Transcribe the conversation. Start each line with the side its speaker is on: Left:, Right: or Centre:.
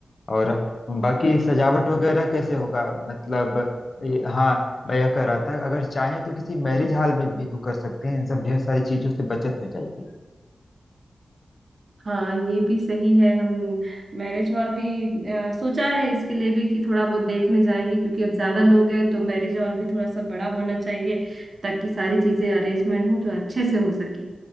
Left: और बाकी सजावट वगैरह कैसे होगा मतलब ये- हाँ मैं यह कह रहा था अगर चाहें तो किसी मैरिज हॉल में भी तो कर सकते हैं इन सब ढेर सारी चीजों से बचत हो जाएगी
Right: हाँ ये भी सही है हम मैरिज हॉल भी अ, सोचा है इसके लिए भी कि थोड़ा बहुत देखने जाएंगे क्योंकि अब ज्यादा लोग हैं तो मैरिज हॉल भी थोड़ा सा बड़ा होना चाहिए ताकि सारी चीजें अरेंजमेंट हो जो अच्छे से हो सके